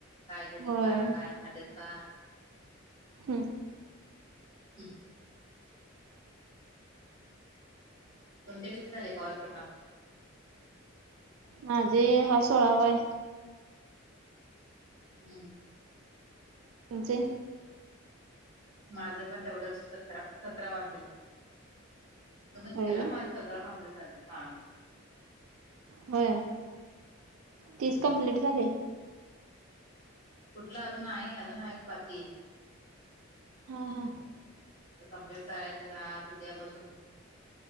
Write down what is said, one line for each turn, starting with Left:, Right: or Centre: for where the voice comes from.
Left: काय घेतेत
Right: होय
Left: का काय खातेत का?
Right: हम्म.
Left: हम. तुमचे किती झाले कॉल्स आता?
Right: माझे हा सोळावा आहे.
Left: हम्म.
Right: तुमचे?
Left: माझं पण तेवढंच सतरा सतरावा असल तुम्हीच
Right: होय
Left: केला
Right: काय
Left: माझ सगळं कम्प्लीट झालं हा.
Right: होय.
Left: हम्म.
Right: तीस कम्प्लीट झाले.
Left: कुठलं अजून आहे अजून आहेत बाकी.
Right: हा हा.
Left: आ कम्प्लीट करायचं आह उद्या बसून.